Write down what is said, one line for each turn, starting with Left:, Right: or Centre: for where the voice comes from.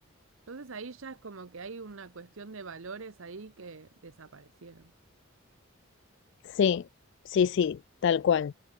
Right: Entonces ahí ya es como que hay una cuestión de valores ahí que desaparecieron.
Left: Sí, sí, sí, tal cual.